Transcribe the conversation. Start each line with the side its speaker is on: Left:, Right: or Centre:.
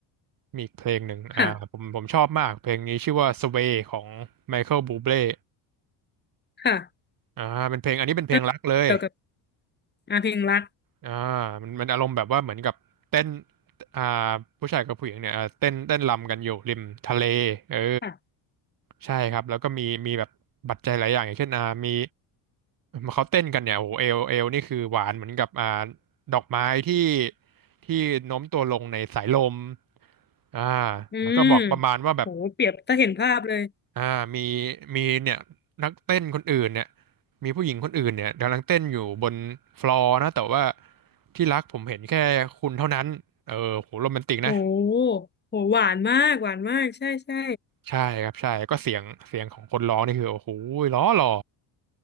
Right: มีอีกเพลงหนึ่งอ่าผมผมชอบมากเพลงนี้ชื่อว่า
Left: ค่ะ
Right: Sway ของไมเคิลบูเบ é
Left: ค่ะ
Right: อ่าเป็นเพลงอันนี้เป็นเพลงรักเลย
Left: แล้วเกี่ยวกับอ่าเพลงรัก
Right: อ่ามันมันอารมณ์แบบว่าเหมือนกับเต้นอ่าผู้ชายกับผู้หญิงเนี่ยอ่าเต้นเต้นรำกันอยู่ริมทะเลเออ
Left: ค่ะ
Right: ใช่ครับแล้วก็มีมีแบบปัจจัยหลายอย่างอย่างเช่นอ่ามีเขาเต้นกันเนี่ยโอ้โหเอลเอลนี่คือหวานเหมือนกับอ่าดอกไม้ที่ที่โน้มตัวลงในสายลมอ่า
Left: อืม
Right: แล้วก็บอกประมาณว่าแบบ
Left: โหเปรียบถ้าเห็นภาพเลย
Right: อ่ามีมีเนี่ยนักเต้นคนอื่นเนี่ยมีผู้หญิงคนอื่นเนี่ยกำลังเต้นอยู่บนฟลอร์นะแต่ว่าที่รักผมเห็นแค่คุณเท่านั้นเออโหโรแมนติกนะ
Left: โหโหหวานมากหวานมากใช่ใช่
Right: ใช่ครับใช่ก็เสียงเสียงของคนร้องนี่คือโอ้โหล้อหล่อ